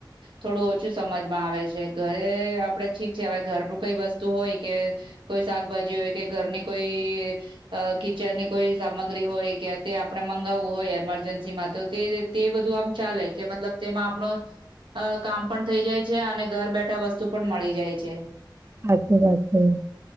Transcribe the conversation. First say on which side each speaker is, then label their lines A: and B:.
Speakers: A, on the right; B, on the right.
A: થોડું ઓછું સમજમાં આવે છે ઘરે આપડ ઠીક છે. હવે ઘરનું કઈ વસ્તુ હોય કે કોઈ શાકભાજી હોય કે ઘરની કોઈ અ કિચન ની કોઈ સામગ્રી હોય કે તે આપડણે મંગાવવું હોય. એમરજન્સી માં તો તે તે બધું આમ ચાલે કે મતલબ તેમાં આપણો અ કામ પણ થઈ જાય છે. અને ઘર બેઠા વસ્તુ પણ મળી જાય છે.
B: સાચી વાત છે.